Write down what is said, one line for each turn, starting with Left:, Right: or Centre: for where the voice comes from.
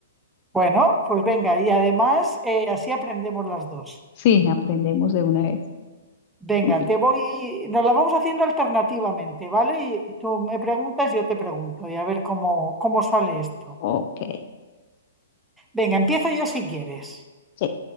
Centre: Bueno, pues venga, y además eh, así aprendemos las dos.
Left: Sí, aprendemos de una vez.
Centre: Venga,
Left: Empie-
Centre: te voy, nos la vamos haciendo alternativamente, ¿vale? Y, y tú me preguntas, yo te pregunto, y a ver cómo, cómo sale esto.
Left: Ok,
Centre: Venga, empiezo yo si quieres.
Left: sí.